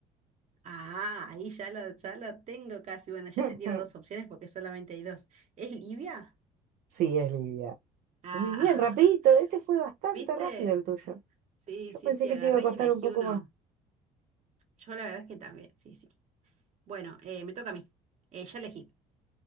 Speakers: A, on the right; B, on the right.
A: Ah, ahí ya lo, ya lo tengo casi. Bueno, ya
B: <laughs>
A: te tiro dos opciones porque solamente hay dos. ¿Es Libia?
B: Sí, es Libia.
A: Ah,
B: Muy bien,
A: <laughs>
B: rapidito. Este fue bastante
A: ¿viste?
B: rápido el tuyo.
A: Sí,
B: Yo
A: sí,
B: pensé
A: sí,
B: que
A: agarré
B: te iba a costar
A: y elegí
B: un poco
A: uno.
B: más.
A: Yo la verdad es que también, sí, sí. Bueno, eh, me toca a mí. Eh, ya elegí,